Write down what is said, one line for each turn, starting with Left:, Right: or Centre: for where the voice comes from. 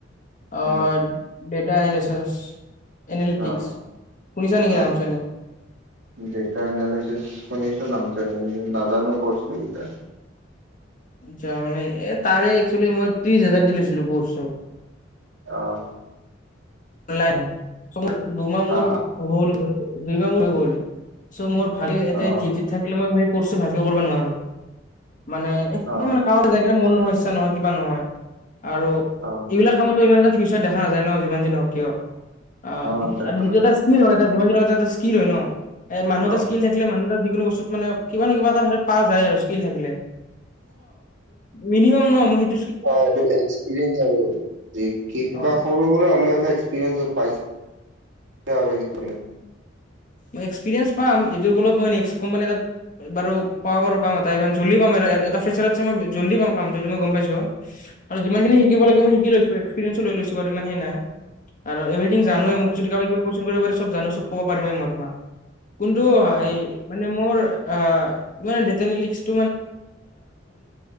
Left: অ
Right: উম
Left: ডেটা এনালিচছ এনালিটিক
Right: অ'
Left: শুনিছা নেকি
Right: অ'
Left: নাম এনেই
Right: ডেটা এনালিচিচ শুনিছোন নামটো নাজানো কত কি বিষয়ে
Left: যোৱা মানে এ তাৰে এক্সচুৱেলি মই ত্ৰিশ হাজাৰ দি লৈছিলো কৰ্চ
Right: আহ
Left: নাই মোৰ দুমাহ
Right: হা
Left: মোৰ হ'ল হৈ দুইমাহ মোৰ হৈ গল চৌ মোৰ ভাল এ
Right: অ'
Left: থাকিলে মই সি কৰ্চ ভালকে কৰিব নোৱাৰো মানে এ
Right: অ'
Left: মানে ক জাবা মোৰ সমস্যা নহয় কিবা নহয় আৰু
Right: অ'
Left: এইবিলাক কামতো ইমান এটা ফিউচাৰ দেখা নাযায় ন যিমান য হওঁক কিয় অ
Right: অ' দেখা
Left: আৰু সিটো
Right: নাযায়
Left: এটা ইক্লি হয়। জীমান ৰোদত স্কিল হয় ন মানুহ এটা
Right: অ'
Left: ইস্ক থাকে মানুহ ক্ষেত্ৰত যিকোনো যোনো বস্তু মানে কিবা কিবা এটা পা যায় আৰু ষ্টস্কি থাকিলে মিনিমাম ন মই সেই
Right: হয় এক্সপ্ৰেছ আৰু কিবা
Left: অ'
Right: সৰু সুৰা হলেও এক্সপ্ৰেছ পাইচা তুলে <unintelligible>
Left: মই এক্সপিৰিয়েঞ্চ পাম এইটোৰ বলত মই নেক্সট কোম্পানী এটাত বাৰু কোৱা বাৰু কাম এটা ই জলি পাম আৰু এটা ফেচত মই জল্লদি পাম কামু মই গম পাইছো। আৰু যিমানখিনি
Right: উম
Left: শিকিব লাগে মই শিকি লৈছো। এক্সপিৰিয়েন লৈ লৈছো ব ইমান সেই নাই আৰু এভেৰিং জানোৱে,
Right: অ'
Left: মোক যদি কিবা কিবা কোযেচ কৰিব পাৰেিব জানো চব পাৰিমে মই তোমাক কোনটো
Right: অ'
Left: এই মানে। <unintelligible> ত্ৰিছ